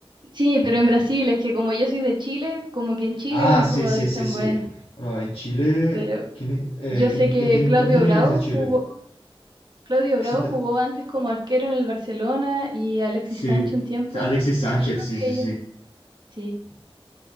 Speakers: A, on the right (about 50°); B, on the left (about 75°).
A: Sí, pero en Brasil es que como yo soy de Chile, como que en Chile
B: Ah,
A: no hay
B: sí,
A: jugadores
B: sí, sí,
A: tan
B: sí.
A: buenos.
B: Bueno, en Chile,
A: Pero
B: ¿quién, eh,
A: yo sé
B: quién,
A: que
B: quién ten-
A: Claudio
B: quién teníais
A: Bravo
B: de Chile?
A: jugó, Claudio
B: Sí,
A: Bravo jugó antes como arquero en el Barcelona y Alexis
B: Sí,
A: Sánchez un tiempo.
B: Alexis Sánchez,
A: Yo creo
B: sí,
A: que
B: sí,
A: ellos.
B: sí.
A: Sí,